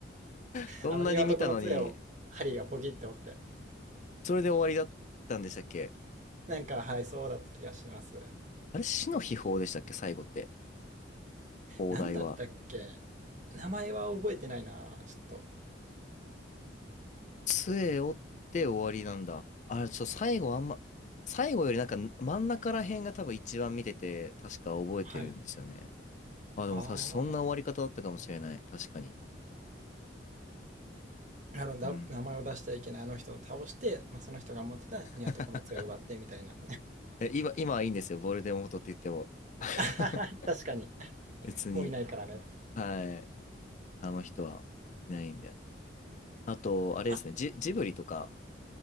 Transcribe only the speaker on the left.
そんなに見たのに、
それで終わりだったんでしたっけ
あれ、死の秘宝でしたっけ、最後って。放題は。
杖折って終わりなんだ。あれ、ちょ、最後あんま、最後よりなんか真ん中ら辺が多分一番見てて、確か覚えてるんですよね。
あ、でも確かそんな終わり方だったかもしれない。
確かに。
うん。
<laughs> え、今、今はいいんですよ。ボルデモートって言っても。
<laughs>
別に。
はい。あの人はいないんで。あと、あれですね。
ジ、ジブリとか。